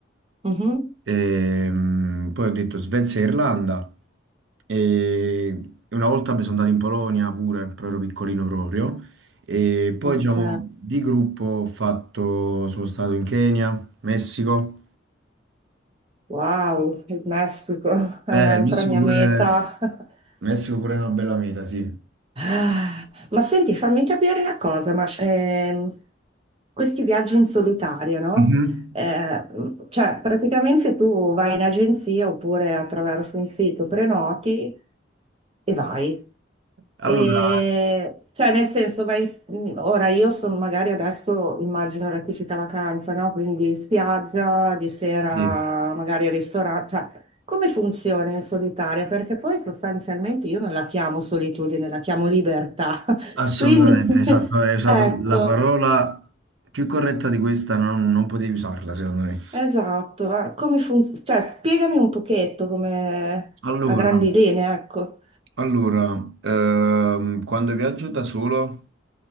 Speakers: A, on the right (about 30°); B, on the right (about 80°).
A: Mhm.
B: Ehm, poi ho detto Svezia e Irlanda. E una volta mi sono andato in Polonia pure, però ero piccolino proprio. E poi,
A: Ok,
B: diciamo, di gruppo ho fatto, sono stato in Kenya, Messico.
A: wow, il Messico <laughs> è
B: Beh,
A: un'altra
B: il Messico
A: mia
B: pure,
A: meta. <laughs>
B: il Messico pure è una bella meta, sì.
A: Ah, Ma senti, fammi capire una cosa, ma ehm, questi viaggi in solitaria, no?
B: Mhm.
A: Eh, cioè, praticamente tu vai in agenzia oppure attraverso un sito, prenoti e vai.
B: Allora,
A: E, cioè, nel senso, vai, in- ora io sono magari adesso, immagino la tipica vacanza, no? Quindi spiaggia, di sera
B: sì,
A: magari ristorante, come funziona in solitaria? Perché poi sostanzialmente io non la chiamo solitudine, la chiamo libertà. <laughs>
B: assolutamente,
A: Quindi, <laughs>
B: esatto, hai usato
A: ecco,
B: la parola più corretta di questa, non, non potevi usarla, secondo me.
A: esatto. ma Come funziona? Cioè, spiegami un pochetto come
B: Allora,
A: a grandi linee, ecco.
B: Allora, ehm, quando viaggio da solo,